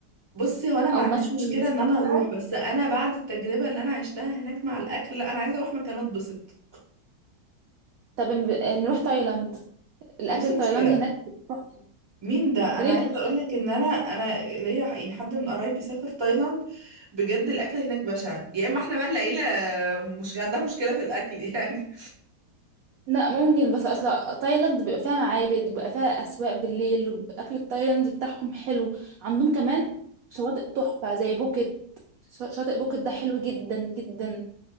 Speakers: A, on the right (about 20°); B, on the right (about 70°).
A: بصي هو انا ما
B: او
A: عنديش
B: مثلا
A: مشكله
B: مش
A: ان انا
B: عارفة.
A: اروح بس انا بعد التجربه اللي انا عشتها هناك مع الاكل لا انا عايزه اروح مكان اتبسط
B: طب نب- نروح تايلاند الاكل
A: نفس
B: التايلاندي
A: المشكله
B: هناك تحفة.
A: مين ده
B: ليه
A: انا عايزه
B: ما بتحبش
A: اقول
B: الاكل
A: لك ان انا انا ليا يعني حد من قرايبي سافر تايلاند بجد الاكل هناك بشع يا اما احنا بقى العيله مش عندها مشكله في الاكل <laughs> يعني
B: لا ممكن بس اصلا تايلاند بيبقى فيها معابد وبيبقى فيها اسواق بالليل والاكل التايلاندي بتاعهم حلو عندهم كمان شواطئ تحفة زي بوكيت شا- شاطئ بوكيت ده حلو جدا جدا